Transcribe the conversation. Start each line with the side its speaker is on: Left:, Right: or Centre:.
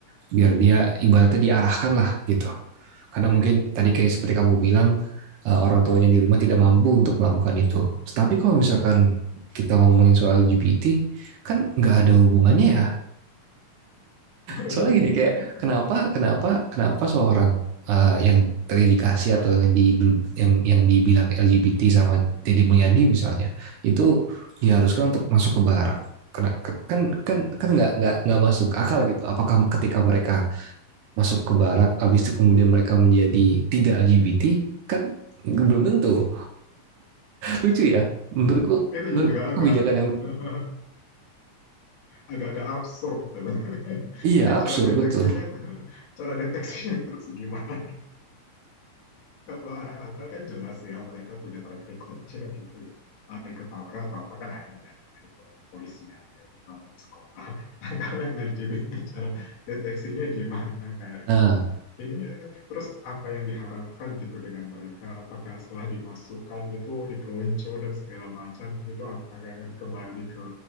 Right: biar dia ibaratnya diarahkan lah gitu. Karena mungkin tadi kayak seperti kamu bilang eh, orang tuanya di rumah tidak mampu untuk melakukan itu. Tapi kalau misalkan kita ngomongin soal LGBT, kan nggak ada hubungannya ya
Left: <laughs>
Right: Soalnya gini kayak kenapa kenapa kenapa seorang eh, yang terindikasi atau yang di yang yang dibilang LGBT sama Deddy Mulyadi misalnya itu diharuskan untuk masuk ke barak. Kena- kan kan kan nggak nggak nggak masuk akal gitu. Apakah ketika mereka masuk ke barak, habis itu kemudian mereka menjadi tidak LGBT, kan belum tentu. Lucu ya, menurutku
Left: itu,
Right: menurut
Left: juga agak
Right: kebijakan yang
Left: <laughs> agak-agak absurd gitu.
Right: iya
Left: <laughs>
Right: absurd
Left: Cara deteksinya
Right: betul.
Left: cara deteksinya terus gimana? Kalau anak nakal kan jelas ya mereka punya track recordnya gitu ya. Ah, ikut tawuran atau apa kan ada datanya di kepolisian kayak gitu atau di sekolah. <laughs> Nah, kalau yang LGBT cara deteksinya gimana kayak
Right: Nah
Left: gitu. Ini eh, terus apa yang diharapkan gitu dengan mereka? Apakah setelah dimasukkan gitu dipelonco dan segala macam gitu apakah akan kembali ke